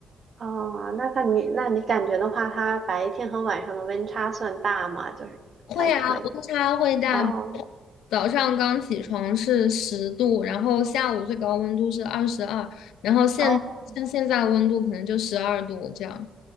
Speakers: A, on the right (about 45°); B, on the left (about 80°).
A: 哦，那看你那你感觉的话，它白天和晚上的温差算大吗？就是还可以。
B: 会啊，温差会大，
A: 哦
B: 早上刚起床是十度，然后下午最高温度是二十二，然后现像现在温度可能就十二度这样。
A: 哦